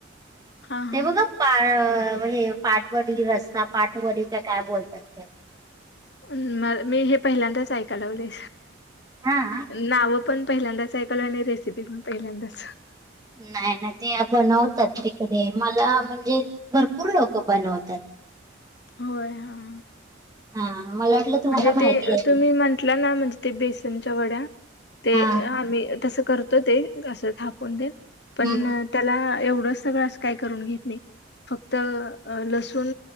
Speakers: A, on the left; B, on the right.
A: हा हा
B: ते, बघा पा हे पाठवडी रस्ता, पाठवडी का काय बोलतात, ते
A: म, मी हे पहिल्यांदाच ऐकायला, लावलय
B: हा
A: नाव पण पहिल्यांदाच, एकल, आणि रेसिपी पहिल्यादाच,
B: नाही ना, ते बनवतात तिकडे. मला म्हणजे भरपूर लोक, बनवतात.
A: होय हा
B: हा मला वाटलं तुम्हाला
A: म्हणजे
B: माहिती
A: ते,
B: आहे
A: तुम्ही म्हंटला ना, म्हणजे ते बेसनच्या वड्या? ते,
B: हा
A: आम्ही तसं करतो ते, असं थापून ते पण,
B: हम्म
A: त्याला, एवढंच सगळं असं काय करून घेत नाही. फक्त, लसूण